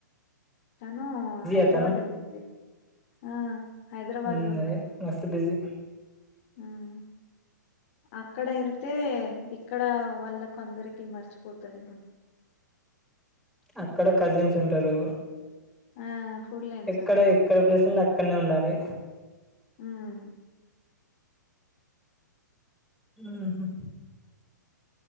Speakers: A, on the left (about 45°); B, in the centre.
A: తను హైదరాబాద్
B: అతను
A: ఎళ్ళింది ఆ హైదరాబాద్
B: ఉమ్,
A: లో ఉన్నాయ్
B: అదే మస్తు బిజీ
A: ఉమ్ అక్కడ ఎళ్తే ఇక్కడ వాళ్ళకు అందరికి మర్చిపోతారెమో
B: అక్కడ కజిన్స్ ఉంటారు
A: ఆ ఫుల్ ఎంజాయ్
B: ఎక్కడ ఎక్కడ ప్లేసులో అక్కన్నె ఉండాలి
A: ఉమ్
B: ఉహు